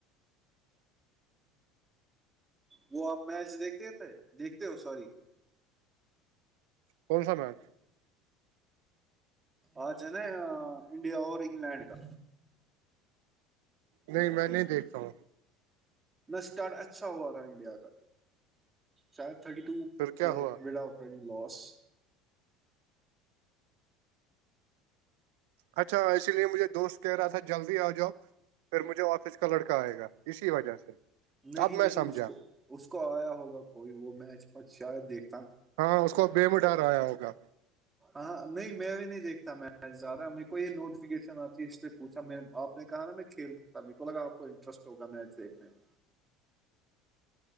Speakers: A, on the right; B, on the right.
A: وہ آپ میچ دیکھتے تھے دیکھتے ہو سوری
B: کون سا مت
A: آ انڈیا اور انگلینڈ کا
B: نہیں میں نہیں دیکھتا ہوں
A: نہ اسٹارٹ اچھا ہوا تھا انڈیا کا شاید تھرٹی ٹو
B: پھر
A: تھے
B: کیا ہوا
A: وڈ آٹ لوس
B: اچھا اسی لیے مجھے دوست کہہ رہا تھا جلدی آ جاؤ پھر مجھے آفس کا لڑکا آئے گا اسی وجہ سے
A: نہیں
B: اب
A: نہیں
B: میں سمجھا
A: اس کو اس کو آیا ہوگا کوئی وہ میچ مچ شاید دیکھ
B: ہاں اس کو بےم اٹھاایا ہوگا
A: ہاں نہیں میں بھی نہیں دیکھتا میچ زیادہ میرے کو یہ نوٹیفکیشن آتی ہے اس سے پوچھا میں آپ نے کہا نا میں کھیلتا میک کو لگا آپ کو انٹرسٹ ہوگا میچ دیکھنے میں